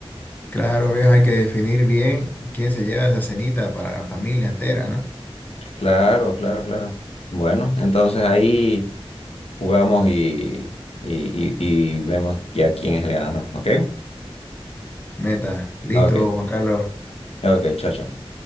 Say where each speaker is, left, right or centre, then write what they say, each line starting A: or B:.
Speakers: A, on the left (about 20°); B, on the left (about 85°).
A: Claro, viejo, hay que definir bien quién se lleva esa cenita para la familia entera, ¿no?
B: Claro, claro, claro. Bueno, entonces ahí jugamos y, y, y, y vemos ya quién es el ganador, ¿ok?
A: Meta. Listo,
B: Ok,
A: Juan Carlos.
B: ok, chao, chao.